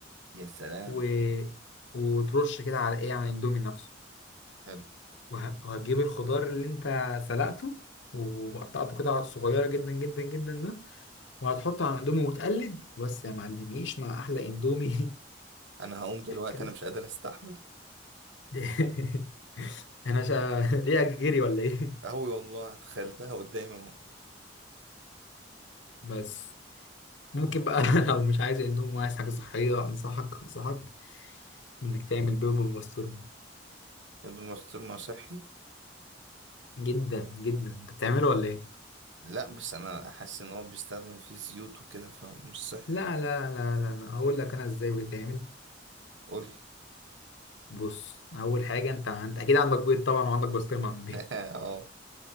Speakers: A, on the right; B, on the left.
A: يا سلام
B: و... وترش كده على ايه على الاندومي نفسه
A: حلو
B: وه... وهتجيب الخضار اللي انت سلقته وقطعته كده صغيرة جدا جدا جدا ده وهتحطه على الاندومي وتقلب بس يا معلم عيش مع احلى اندومي <laughs>
A: انا هقوم دلوقتي
B: كلب
A: انا مش قادر استحمل
B: <laughs> انا شا... ريقك جري ولا ايه
A: قوي والله تخيلتها قدامي اهو
B: بس ممكن بقى <laughs> لو مش عايز اندومي وعايز حاجة صحية انصحك انصحك انك تعمل بيض بالبسطرمة
A: الماستور ما صحي
B: جدا جدا انت بتعمله ولا ايه
A: لا بس انا حاسس ان هو بيستخدم فيه زيوت وكده فمش صحي
B: لا لا لا لا لا اقول لك انا ازاي بيتعمل
A: قولي
B: بص اول حاجه انت انت اكيد عندك بيض طبعا وعندك بسطرمه في البيت
A: <laughs> اه